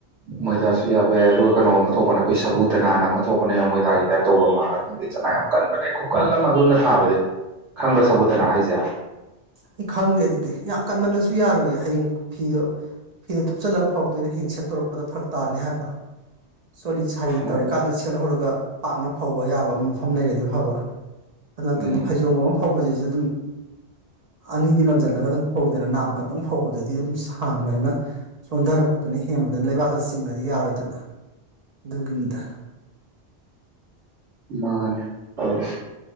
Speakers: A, on the right (about 70°); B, on the right (about 50°).
A: ꯃꯣꯏꯗꯥꯁꯨ ꯌꯥꯕ ꯌꯥꯏ ꯑꯗꯨꯒ ꯀꯩꯅꯣ ꯑꯃ ꯊꯣꯛꯄꯅꯦ ꯑꯩꯈꯣꯏ ꯁꯕꯨꯗꯅꯥꯅ ꯑꯃ ꯊꯣꯛꯄꯅꯦ ꯃꯣꯏꯗꯥꯒꯤ ꯇꯥꯏꯞ ꯇꯧꯕ ꯑꯃ ꯑꯗꯨꯗꯤ ꯆꯅꯥꯡ ꯌꯥꯝ ꯀꯟꯕꯅꯦ ꯈꯨꯀꯜ ꯑꯃ ꯑꯗꯨꯅ ꯊꯥꯕꯗꯤ ꯈꯪꯕ꯭ꯔ ꯁꯕꯨꯨꯇꯅꯥ ꯍꯥꯏꯖꯦ
B: ꯑꯩ ꯈꯪꯗꯦ ꯑꯗꯨꯗꯤ ꯌꯥꯝ ꯀꯟꯃꯟꯅꯁꯨ ꯌꯥꯔꯣꯏꯌꯦ ꯍꯌꯦꯡ ꯐꯤꯗꯣ ꯐꯤꯗꯨ ꯊꯨꯞꯆꯜꯂꯕ ꯐꯧꯔꯛꯇꯨꯏꯅꯦ ꯍꯌꯦꯡ ꯁꯦꯠꯇꯣꯔꯛꯄꯗ ꯐꯔꯛ ꯇꯥꯅꯤ ꯍꯥꯏꯕ ꯆꯣꯠꯂꯤ ꯁꯥꯔꯤ
A: ꯃꯣꯏ
B: ꯇꯧꯔꯤꯀꯥꯟꯗ ꯁꯦꯠꯍꯧꯔꯒ ꯄꯥꯛꯅ ꯐꯧꯕ ꯌꯥꯕ ꯃꯐꯝ ꯂꯩꯔꯗꯤ ꯐꯕ ꯑꯗꯨ ꯅꯠꯇꯅ
A: ꯎꯝ
B: ꯐꯩꯖꯣꯝꯒꯨꯝꯕ ꯑꯃ ꯐꯧꯕꯖꯤꯖꯨ ꯑꯗꯨꯝ ꯑꯅꯤꯗꯨ ꯂꯣꯟꯖꯜꯂꯒ ꯑꯗꯨꯝ ꯐꯧꯏꯗꯅ ꯅꯥꯝ ꯈꯛꯇꯪ ꯐꯧꯕꯗꯗꯤ ꯑꯗꯨꯝ ꯁꯥꯡꯕꯅꯤꯅ ꯆꯣꯟꯗꯔꯛꯄꯗꯨꯅ ꯍꯦꯟꯕꯗꯨꯅ ꯂꯩꯕꯥꯛꯇ ꯆꯤꯡꯉꯗꯤ ꯌꯥꯔꯣꯏꯗꯅ ꯑꯗꯨꯒꯤꯅꯤꯗ
A: ꯃꯥꯅꯦ ꯇꯧꯔꯤꯁꯦ